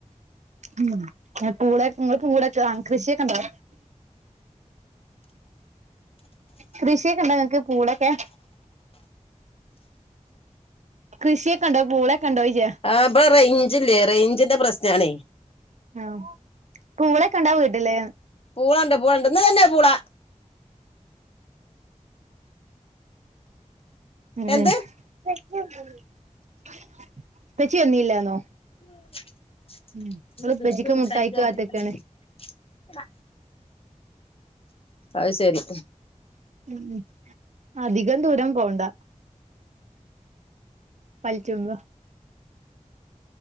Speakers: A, on the right; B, on the left.
A: ഉം, എ, പൂളെ, ങ്ങൾ പൂളെ <unintelligible> കൃഷിയൊക്കെ ണ്ടോ? കൃഷിയൊക്ക ണ്ടോ, ങ്ങക്ക്. പൂളക്കെ? കൃഷിയൊക്കെ ഉണ്ടോ പൂളൊക്കെ ഉണ്ടോ ചോദിച്ചേ
B: ആഹ്, ഇപടെ റേഞ്ചില്ലേ- റേയ്ഞ്ചിന്റെ പ്രസ്നണേ?
A: ആഹ്, പൂളക്കെ ണ്ടോ വീട്ടില്?
B: പൂളണ്ട് പൂളണ്ട് ഇന്ന് തന്നെ പൂള
A: ഉം,
B: എന്ത്
A: <unintelligible> വന്നീല്ലാന്നോ
B: ഓള്,
A: ഉം ഓള്
B: പ്പച്ചിക്ക്,
A: ഉപ്പച്ചിക്ക്
B: മുട്ടായിക്ക് കാത്ത്
A: കാത്ത്ക്കാണ്
B: ക്കാണ്. അഹ്, ശരി.
A: ഉം, അധികം ദൂരം പോണ്ട. പൾച്ച്മ്പം-